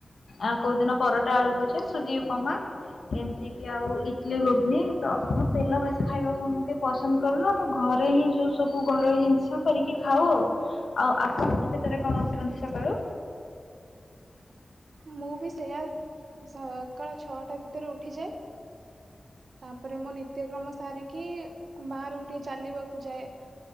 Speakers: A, on the left (about 75°); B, on the right (about 80°).
A: ଆଉ କୋଉ ଦିନ ପରଟା ଆଳୁ ଭଜା ସୁଜି ଉପମା ଏମତି ଆଉ ଇଡଲିି ଘୁଗୁନି ତ ହଁ ତେଲ ଭାଜି ଖାଇବାକୁ ପସନ୍ଦ କରୁନୁ ତ ଘରେ ହିଁ ଯୋଉ ସବୁ ଘରୋଇ ଜିନିଷ କରିକି ଖାଉ ଆଉ ଆପଣ କେତେ ଟାରେ କଣ ଉଠନ୍ତି ସକାଳୁ?
B: ମୁଁ ବି ସେୟା ସକାଳ ଛଅଟା ଭିତରେ ଉଠିଯାଏ। ତାପରେ ମୁଁ ନିତ୍ୟକ୍ରମ ସାରିକି ବାହାରକୁ ଟିକେ ଚାଲିବାକୁ ଯାଏ